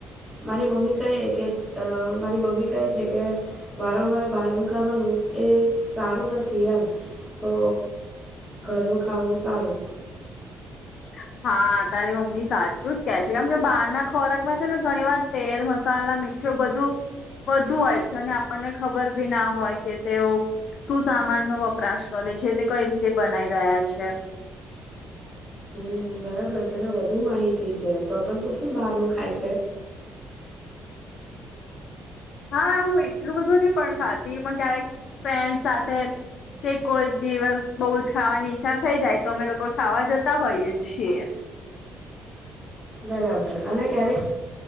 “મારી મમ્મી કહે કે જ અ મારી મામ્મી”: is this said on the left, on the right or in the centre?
Centre